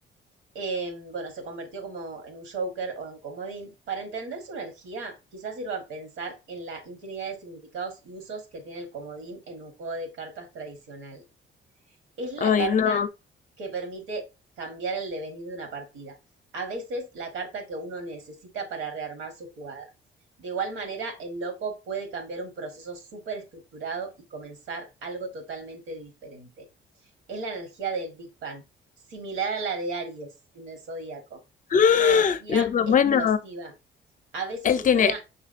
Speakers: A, on the right; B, on the left.
A: Eh, bueno, se convirtió como en un joker o en comodín. Para entender su energía, quizás sirva pensar en la infinidad de significados y usos que tiene el comodín en un juego de cartas tradicional. Es la
B: Ay,
A: carta
B: no.
A: que permite cambiar el devenir de una partida. A veces la carta que uno necesita para rearmar su jugada. De igual manera, el loco puede cambiar un proceso súper estructurado y comenzar algo totalmente diferente. Es la energía del Big Bang, similar a la de Aries en el zodíaco.
B: ¡Ah!
A: Una energía
B: Los dos,
A: explosiva.
B: bueno.
A: A veces
B: Él
A: supera
B: tiene.